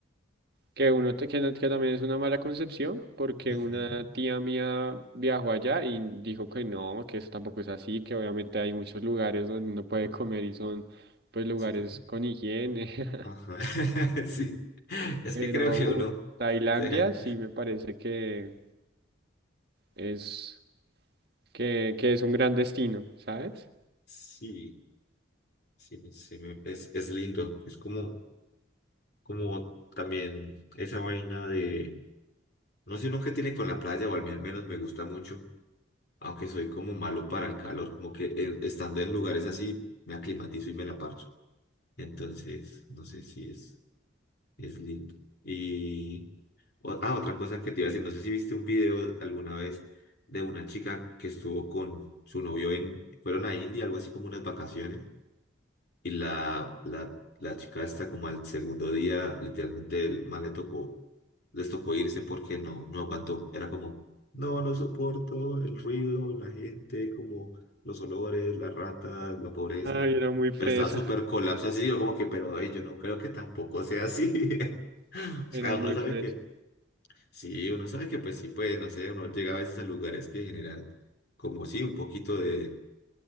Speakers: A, on the right; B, on the left.
A: que uno te- que, no- que también es una mala concepción, porque
B: Ujú,
A: una tía mía viajó allá y dijo que no, que eso tampoco es así, que obviamente hay muchos lugares donde uno puede comer y son pues lugares
B: Súper bien.
A: con higiene, <laughs>
B: Ajá, <laughs> sí. Es
A: pero
B: que creo que uno
A: uh, Tailandia
B: se deja-
A: sí me parece que es que, que es un gran destino, ¿sabes?
B: Sí, sí, no sé, me- es, es lindo. Es como, como también esa vaina de, no sé, uno que tiene con la playa, o a mí al menos me gusta mucho, aunque soy como malo para el calor, como que eh, estando en lugares así, me aclimatizo y me la parcho. Entonces, no sé si es. Es lindo. Y o- ah, otra cosa que te iba a decir, no sé si viste un video alguna vez de una chica que estuvo con su novio en, fueron a India, algo así como unas vacaciones, y la, la, la chica está como al segundo día, literalmente el man le tocó, les tocó irse porque no, no aguantó. Era como, no, no soporto el ruido, la gente, como los olores, las ratas, la pobreza.
A: Ay, era muy fresa,
B: Pero estaba súper colapso así, yo como que, pero ay, yo no creo que tampoco sea así. <laughs> <laughs>
A: <laughs> era
B: Ah,
A: muy
B: uno sabe
A: fresa.
B: que, sí, uno sabe que pues sí, pues no sé, uno llega a veces a lugares que generan como sí, un poquito de